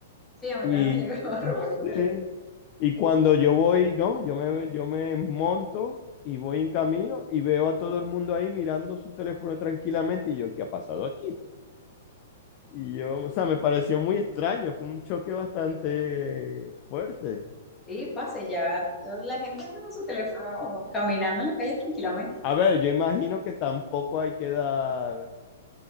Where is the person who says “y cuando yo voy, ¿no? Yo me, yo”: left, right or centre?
Left